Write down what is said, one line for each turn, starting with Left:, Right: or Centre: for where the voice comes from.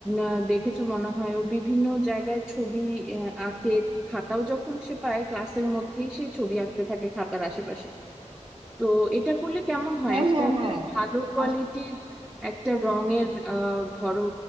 Centre: আহ, দেখেছো মনে হয় ও বিভিন্ন জায়গায় ছবি আহ, আঁকে খাতাও যখন সে পায় ক্লাসের মধ্যেই সে ছবি আঁকতে থাকে খাতার আশেপাশে তো এটা করলে কেমন হয়
Right: হ্যাঁ
Centre: একটা
Right: হ্যাঁ হ্যাঁ
Centre: ভালো কোয়ালিটির
Right: আসলে
Centre: একটা রঙের আহ, ধরো